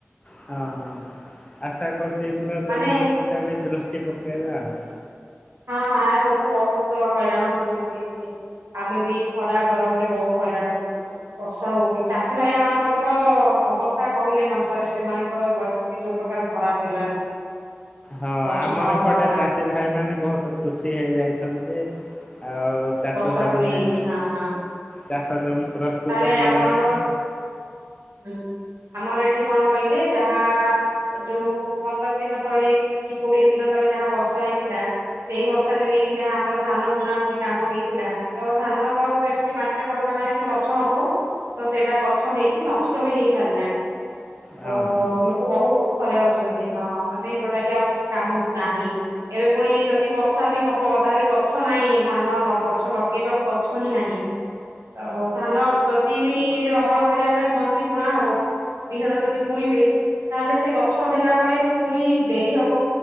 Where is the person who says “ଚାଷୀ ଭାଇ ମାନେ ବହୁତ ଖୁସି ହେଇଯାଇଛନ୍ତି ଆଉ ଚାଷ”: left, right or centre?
Left